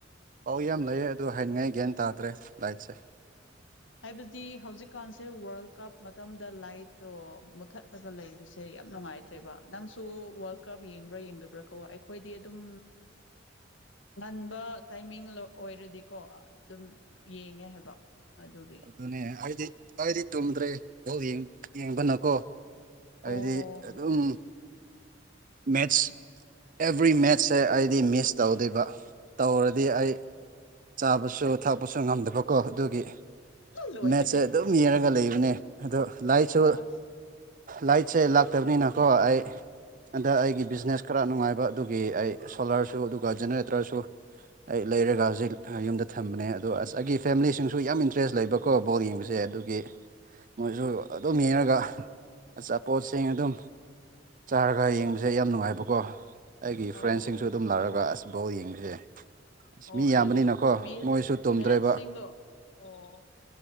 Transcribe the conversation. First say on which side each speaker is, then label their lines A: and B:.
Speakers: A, on the right; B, on the left.
A: ꯑꯥꯎ ꯌꯥꯝ ꯂꯩꯌꯦ ꯑꯗꯨ ꯍꯥꯏꯅꯤꯡꯉꯥꯏ ꯒ꯭ꯌꯥꯟ ꯇꯥꯗ꯭ꯔꯦ ꯂꯥꯏꯠꯁꯦ
B: ꯍꯥꯏꯕꯗꯤ ꯍꯧꯖꯤꯛꯀꯥꯟꯁꯦ ꯋꯥꯔꯜ ꯀꯞ ꯃꯇꯝꯗ ꯂꯥꯏꯠꯇꯣ ꯃꯨꯊꯠꯂꯒ ꯂꯩꯕꯁꯦ ꯌꯥꯝ ꯅꯨꯡꯉꯥꯏꯇ꯭ꯔꯦꯕ ꯅꯪꯁꯨ ꯋꯥꯔꯜ ꯀꯞ ꯌꯦꯡꯕ꯭ꯔꯥ ꯌꯦꯡꯗꯕ꯭ꯔꯥ ꯀꯣ ꯑꯩꯈꯣꯏꯗꯤ ꯑꯗꯨꯝ ꯉꯟꯕ ꯇꯥꯏꯃꯤꯡ ꯑꯣꯏꯔꯗꯤꯀꯣ ꯑꯗꯨꯝ ꯌꯦꯡꯉꯦ ꯍꯥꯏꯕ ꯑꯗꯨꯒꯤ
A: ꯑꯗꯨꯅꯦ ꯑꯩꯗꯤ ꯑꯩꯗꯤ ꯇꯨꯝꯗ꯭ꯔꯦ ꯕ‌ꯣꯂ ꯌꯦꯡꯕꯅꯀꯣ ꯍꯥꯏꯗꯤ
B: ꯑꯣ
A: ꯑꯗꯨꯝ ꯃꯦꯠꯁ ꯑꯦꯚ꯭ꯔꯤ ꯃꯦꯠꯁꯦ ꯑꯩꯗꯤ ꯃꯤꯁ ꯇꯧꯗꯦꯕ ꯇꯧꯔꯗꯤ ꯑꯩ ꯆꯥꯕꯁꯨ ꯊꯛꯄꯁꯨ ꯉꯝꯗꯕꯀꯣ ꯑꯗꯨ ꯒꯤ
B: ꯂꯣꯏꯔꯦꯍꯦ
A: ꯃꯦꯠꯁꯦ ꯑꯗꯨꯝ ꯌꯦꯔꯒ ꯂꯩꯕꯅꯦ ꯑꯗꯣ ꯂꯥꯏꯠꯁꯨ
B: ꯑꯁ
A: ꯂꯥꯏꯠꯁꯦ ꯂꯥꯛꯇꯕꯅꯤꯅꯀꯣ ꯑꯩ ꯑꯗ ꯑꯩꯒꯤ ꯕꯤꯖꯤꯅꯦꯁ ꯈꯔ ꯅꯨꯡꯉꯥꯏꯕ ꯑꯗꯨꯒꯤ ꯑꯩ ꯁꯣꯂꯔꯁꯨ ꯑꯗꯨꯒ ꯖꯦꯅꯦꯔꯦꯇꯔꯁꯨ ꯑꯩ ꯂꯩꯔꯒ ꯍꯧꯖꯤꯛ ꯌꯨꯝꯗ ꯊꯝꯕꯅꯦ ꯑꯗꯣ ꯑꯁ ꯑꯩꯒꯤ ꯐꯦꯃꯤꯂꯤꯁꯤꯡꯁꯨ ꯌꯥꯝ ꯏꯟꯇꯔꯦꯁ ꯂꯩꯕꯀꯣ ꯕꯣꯜ ꯌꯦꯡꯕꯁꯦ ꯑꯗꯨꯒꯤ ꯃꯣꯏꯁꯨ ꯑꯗꯨꯝ ꯌꯦꯡꯔꯒ ꯑꯆꯥꯄꯣꯠꯁꯤꯡ ꯑꯗꯨꯝ ꯆꯥꯔꯒ ꯌꯦꯡꯕꯁꯦ ꯌꯥꯝ ꯅꯨꯡꯉꯥꯏꯕꯀꯣ ꯑꯩꯒꯤ ꯐ꯭ꯔꯦꯟꯁꯤꯡꯁꯨ
B: ꯑꯣ
A: ꯑꯗꯨꯝ ꯂꯥꯛꯑꯒ ꯑꯁ ꯕ‌ꯣꯂ ꯌꯦꯡꯕꯁꯦ ꯑꯁ
B: ꯑꯣ
A: ꯃꯤ
B: ꯑꯗꯨꯗꯤ
A: ꯌꯥꯝꯕꯅꯤꯅꯀꯣ
B: ꯃꯤ
A: ꯃꯣꯏꯁꯨ ꯇꯨꯝꯗ꯭ꯔꯦꯕ
B: ꯃꯦꯠꯁꯁꯤꯡꯗꯣ ꯑꯣ